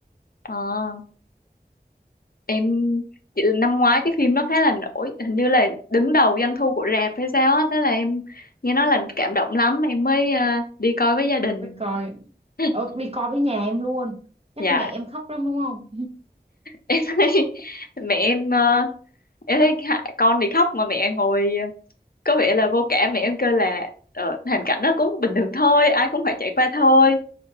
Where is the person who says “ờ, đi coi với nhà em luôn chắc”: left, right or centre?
Right